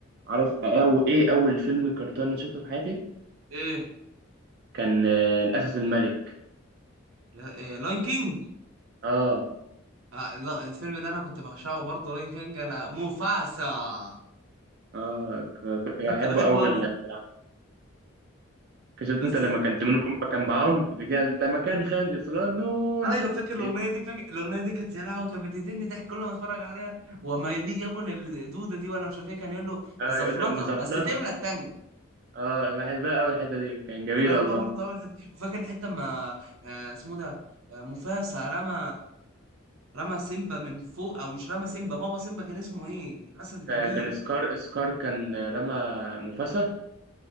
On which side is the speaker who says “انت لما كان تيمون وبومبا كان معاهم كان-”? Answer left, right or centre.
Right